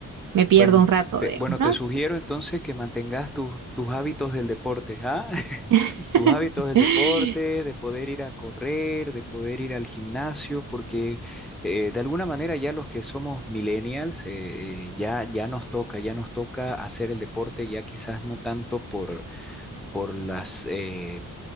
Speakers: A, on the right; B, in the centre.
A: me pierdo
B: Bueno,
A: un rato,
B: te,
A: digamos,
B: bueno,
A: ¿no?
B: te sugiero entonces que mantengas tus, tus hábitos del deporte, ¿ah? <laughs>
A: <laughs>
B: Tus hábitos del deporte, de poder ir a correr, de poder ir al gimnasio, porque eh, de alguna manera ya los que somos millennials, eh, eh, ya, ya nos toca, ya nos toca hacer el deporte, ya quizás no tanto por, por las, eh,